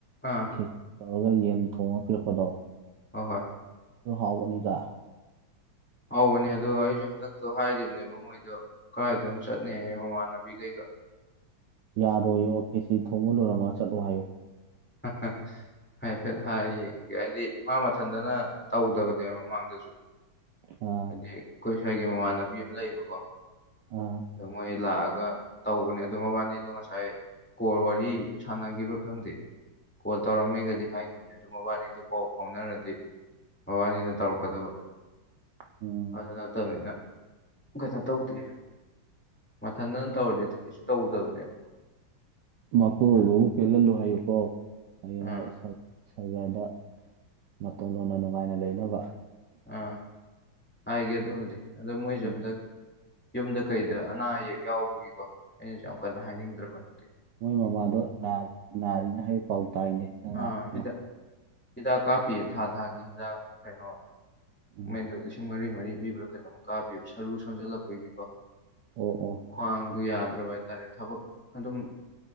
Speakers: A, in the centre; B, on the right (about 70°).
A: ꯑꯥ
B: ꯈꯦ ꯇꯧꯔꯒ ꯌꯦꯟ ꯊꯣꯡꯉ ꯄꯤꯔꯛꯄꯗꯣ
A: ꯍꯣ ꯍꯣꯏ
B: ꯑꯗꯨ ꯍꯥꯎꯕꯅꯤꯗ
A: ꯍꯥꯎꯕꯅꯦ ꯑꯗꯣ ꯑꯩꯖꯨ ꯍꯟꯗꯛꯇꯣ ꯍꯥꯏꯒꯤꯕꯅꯦ ꯃꯣꯏꯗꯣ ꯀꯥꯏꯗꯅꯣꯝ ꯆꯠꯅꯦꯌꯦ ꯃꯃꯥꯟꯅꯕꯤꯒꯩꯒ
B: ꯌꯥꯔꯣꯏꯌꯣ ꯈꯦꯆꯤ ꯊꯣꯡꯕ ꯂꯣꯏꯔꯝꯃꯒ ꯆꯠꯂꯣ ꯍꯥꯏꯌꯨ
A: ꯍꯥ ꯍꯥ ꯍꯥꯏꯐꯦꯠ ꯍꯥꯏꯔ ꯌꯦꯡꯒꯦ ꯍꯥꯏꯗꯤ ꯃꯥ ꯃꯊꯟꯗꯅ ꯇꯧꯗꯕꯅꯦꯕ ꯃꯃꯥꯡꯗꯁꯨ
B: ꯑꯣ
A: ꯍꯥꯏꯗꯤ ꯑꯩꯈꯣꯏ ꯁꯥꯏꯒꯤ ꯃꯃꯥꯟꯅꯕꯤ ꯑꯃ ꯂꯩꯌꯦꯕꯀꯣ
B: ꯑꯣ
A: ꯑꯗꯨ ꯃꯣꯏ ꯂꯥꯛꯑꯒ ꯇꯧꯕꯅꯦ ꯑꯗꯨ ꯃꯕꯥꯅꯤꯗꯣ ꯉꯁꯥꯏ ꯀꯣꯜ ꯋꯥꯔꯤ ꯁꯥꯟꯅꯒꯤꯕ꯭ꯔꯥ ꯈꯪꯗꯦ ꯀꯣꯜ ꯇꯧꯔꯝꯃꯦꯒꯗꯤ ꯍꯥꯏ ꯒꯤꯝꯅꯦ ꯑꯗꯨ ꯃꯕꯥꯅꯤꯗꯨ ꯄꯥꯎ ꯐꯥꯎꯅꯔꯗꯤ ꯃꯕꯥꯅꯤꯅ ꯇꯧꯔꯛꯀꯗꯕ
B: ꯎꯝ
A: ꯑꯗꯨ ꯅꯠꯇꯕꯅꯤꯅ ꯀꯩꯅꯣ ꯇꯧꯗꯦ ꯃꯊꯟꯗꯪ ꯇꯧꯔꯗꯤ ꯀꯩꯁꯨ ꯇꯧꯗꯕꯅꯦꯕ
B: ꯃꯄꯨꯔꯣꯏꯕꯕꯨ
A: ꯑꯗ-
B: ꯄꯦꯜꯍꯜꯂꯨ ꯍꯥꯏꯌꯨꯀꯣ ꯍꯡꯉꯥꯏ
A: ꯑꯥ
B: ꯁꯔꯀꯥꯔꯗ ꯃꯇꯣꯟ ꯂꯣꯟꯅ ꯅꯨꯡꯉꯥꯏꯅ ꯂꯩꯅꯕ
A: ꯑꯥ ꯍꯥꯏꯒꯦ ꯑꯗꯨꯕꯨꯗꯤ ꯑꯗꯣ ꯃꯣꯏꯁꯨ
B: ꯎꯝ
A: ꯍꯟꯗꯛ ꯌꯨꯝꯗ ꯀꯩꯗ ꯑꯅꯥ ꯑꯌꯦꯛ ꯌꯥꯎꯕꯒꯤꯀꯣ ꯑꯩꯅꯁꯨ ꯌꯥꯝ ꯀꯟꯅ ꯍꯥꯏꯅꯤꯡꯗ꯭ꯔꯕ ꯅꯠꯇꯦ
B: ꯃꯣꯏ ꯃꯃꯥꯗꯣ ꯅꯥꯔꯤꯅ ꯍꯥꯏꯕ ꯄꯥꯎ ꯇꯥꯏꯅꯦ ꯅꯪ
A: ꯑꯥ
B: ꯃꯨꯛ꯫
A: ꯍꯤꯗꯥꯛ ꯍꯤꯗꯥꯛ ꯀꯥꯞꯄꯤ ꯊꯥ ꯊꯥꯒꯤ ꯍꯤꯗꯥꯛ ꯀꯩꯅꯣ
B: ꯎꯝ
A: ꯃꯃꯦꯟꯗ ꯂꯤꯁꯤꯡ ꯃꯔꯤ ꯃꯔꯤ ꯄꯤꯕ꯭ꯔꯥ ꯀꯩꯅꯣꯝꯃ ꯀꯥ ꯄꯤꯕ ꯁꯔꯨ ꯁꯣꯟꯖꯜꯂꯛꯄꯒꯤꯀꯣ
B: ꯑꯣ ꯑꯣ
A: ꯈ꯭ꯋꯥꯡꯗꯨ ꯌꯥꯗ꯭ꯔꯕ ꯍꯥꯏꯇꯥꯔꯦ ꯊꯕꯛ ꯑꯗꯨꯝ